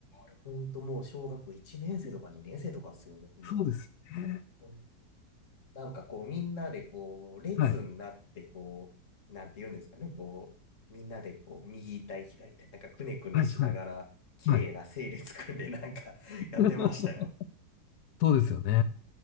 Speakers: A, on the left; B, on the left.
A: あれ本当もう小学校1年生とか2年生とかっすよね、も
B: そうですよね。
A: う。なんかこう、みんなでこう、列になって、
B: はい。
A: こう、なんて言うんですかね、こう、みんなでこう、右対た左対たなんかくねくねしながら、
B: はい、はい、
A: 綺麗な整列組んでなんか
B: はい。
A: <laughs> やってましたよ。
B: <laughs> そうですよね。